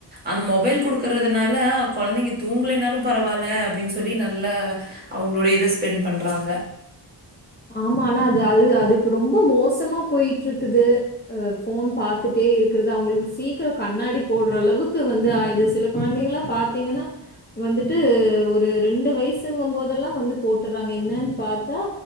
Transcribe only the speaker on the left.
ஆமா ஆனா அது அது அது இப் ரொம்ப மோசமா போய்ட்ருக்குது உ ஃபோன் பாத்துட்டே இருக்றது அவ்ங்ளுக்கு சீக்ரோ கண்ணாடி போட்றளவுக்கு வந்து ஆய்து சில கொழ்ந்தைகளா பாத்தீங்கன்னா வந்துட்டு ஒரு ரெண்டு வய்சுங்க போதெல்லா வந்து போட்டுறாங் என்னன் பாத் தா